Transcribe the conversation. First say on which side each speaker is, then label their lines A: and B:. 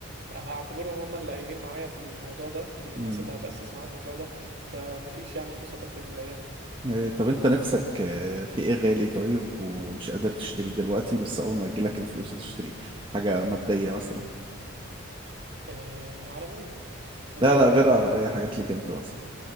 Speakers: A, on the right (about 50°); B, on the right (about 25°).
A: هعتبرهم هم اللي قايمين معايا في الموضوع ده من الناس
B: امم
A: اللي هتأسس معايا الموضوع ده فمفيش يعني فلوس هتخرج الايام دي
B: <laughs> يعني طب انت نفسك آه، في ايه غالي طيب ومش قادر تشتريه دلوقتي بس اول ما يجيلك الفلوس هتشتريه حاجة مادية مثلا
A: آه عربية طبيعي
B: لا لا
A: يعني
B: غير عربية حاجات ليك انت مثلا